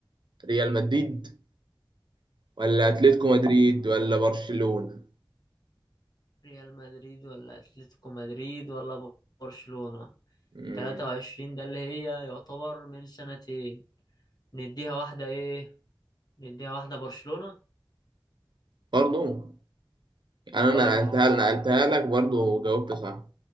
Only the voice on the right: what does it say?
ريال مدريد ولا اتلتيكو مدريد ولا برشلونة
مم.
برضو يعني
انا نقلتها نقلتها لك برضو وجاوبت صح